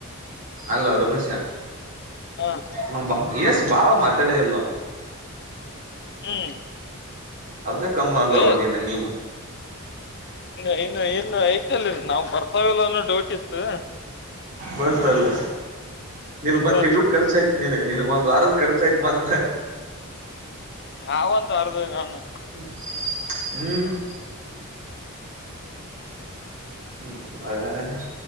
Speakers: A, on the right; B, on the left.
A: ಅಲ್ ಅವ ರಮೇಶ
B: ಹ
A: ನಾ ಎಸ್ ಬಾಳ ಮಾತಾಡಲ್ಲವು
B: ಹ್ಮ್
A: ಅದ್ಕ ಕಂಬ್ ಬಂದೋಗ
B: ಏ
A: ನೀನ್ನ ನಿಮ
B: ಇ ಇನ್ನು ಇನ್ನು ಐತಲ್ಲಿ ನಾವ್ ಬರ್ತಾವಲ್ಲ ಅನ್ನೋ ಡೋಟಿತ್ತು
A: ಬಂತಲ್ಲ ನಿನ್ಗ್
B: ಬಂದವಲ್ಲ
A: ಒಂದ್ ತಿಂಗಳ ಖರ್ಚ ಆಯ್ತು ನೀನು ನಿನಗ್ ಒಂದ್ ವಾರದ ಖರ್ಚ ಆಯ್ತು ಮತ್ತೆ
B: ಯಾವಂತ ಅರ್ದ ನ
A: ಹ್ಮ ಹ್ಮ್ ಹ್ಮ್ ಅ